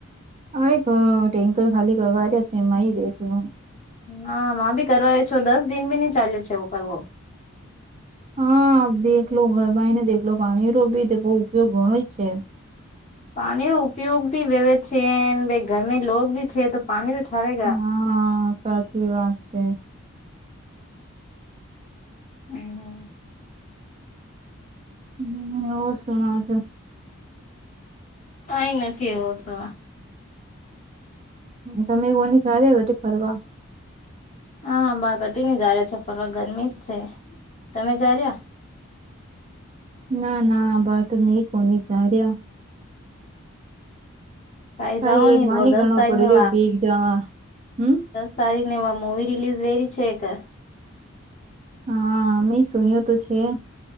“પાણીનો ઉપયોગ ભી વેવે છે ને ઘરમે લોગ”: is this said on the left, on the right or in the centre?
Left